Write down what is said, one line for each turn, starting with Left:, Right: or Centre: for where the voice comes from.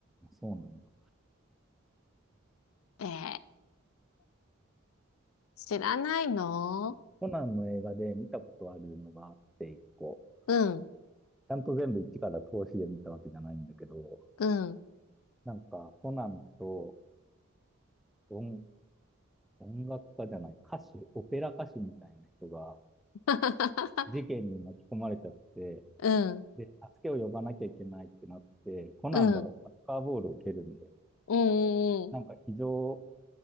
Centre: そうなんだ。
Left: えー、知らないの
Centre: コナンの映画で見たことあるのがあって一個。
Left: うん、
Centre: ちゃんと全部一から通しで見たわけじゃないんだけど、
Left: うん。
Centre: なんかコナンと音音楽家じゃない、歌手、オペラ歌手みたいな人が
Left: <laughs>
Centre: 事件に巻き込まれちゃって、
Left: うん、
Centre: で、助けを呼ばなきゃいけないってなって、コナンがサッカーボールを蹴るんだよ。
Left: うん。うん、うん、
Centre: なんか非常